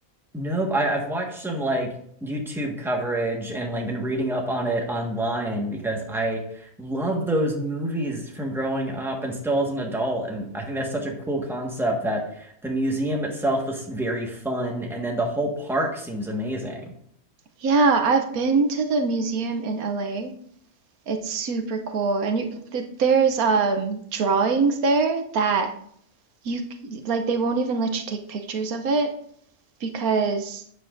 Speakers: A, in the centre; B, on the right.
A: Nope. I, I've watched some like YouTube coverage and like been reading up on it online because I love those movies from growing up and still as an adult. And I think that's such a cool concept that the museum itself is very fun and then the whole park seems amazing.
B: Yeah, I've been to the museum in LA. It's super cool. And you, th there's um drawings there that you c- like they won't even let you take pictures of it because